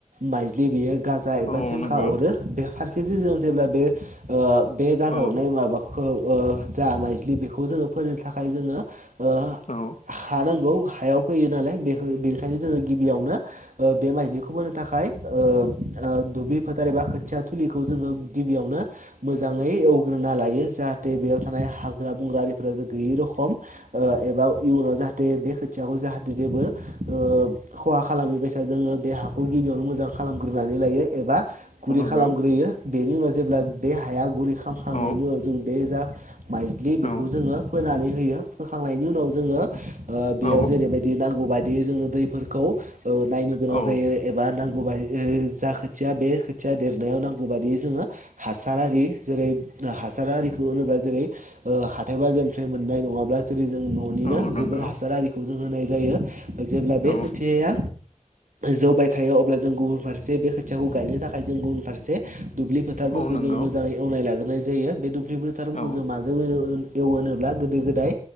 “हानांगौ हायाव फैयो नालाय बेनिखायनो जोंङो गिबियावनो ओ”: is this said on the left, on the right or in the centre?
Right